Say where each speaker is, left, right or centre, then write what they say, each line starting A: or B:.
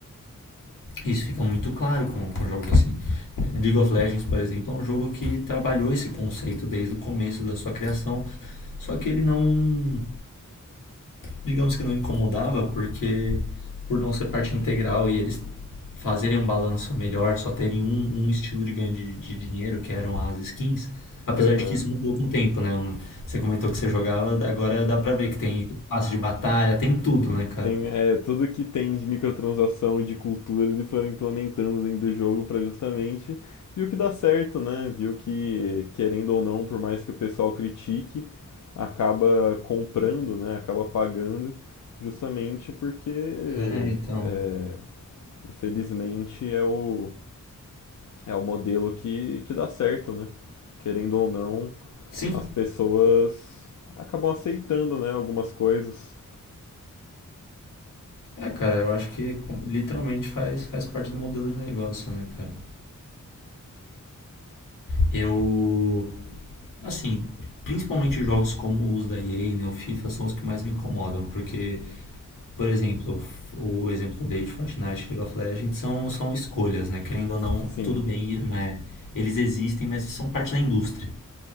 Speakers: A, on the left; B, on the left.
A: Isso fica muito claro com, com jogos assim. League of Legends, por exemplo, é um jogo que trabalhou esse conceito desde o começo da sua criação, só que ele não digamos que não incomodava, porque por não ser parte integral e eles fazerem um balanço melhor, só terem um, um estilo de ganho de, de dinheiro, que eram as skins, apesar
B: aham.
A: de que isso mudou com o tempo, né? Você comentou que você jogava, agora dá pra ver que tem passe de batalha, tem tudo, né, cara?
B: Tem, é, tudo que tem de microtransação, de cultura, eles foram implementando dentro do jogo pra justamente viu que dá certo, né? Viu que, querendo ou não, por mais que o pessoal critique, acaba comprando, né? Acaba pagando, justamente porque,
A: É, então.
B: é, infelizmente, é o, é o modelo que, que dá certo, né? Querendo ou não,
A: Sim.
B: as pessoas acabam aceitando, né? Algumas coisas.
A: É, cara, eu acho que com- literalmente faz, faz parte do modelo de negócio, né, cara? Eu, assim, principalmente jogos como os da EA, né, o FIFA são os que mais me incomodam, porque Por exemplo, o exemplo que eu dei de Fortnite, League of Legends são, são escolhas, né? Querendo ou não,
B: Sim.
A: tudo bem, mas eles existem, mas são parte da indústria.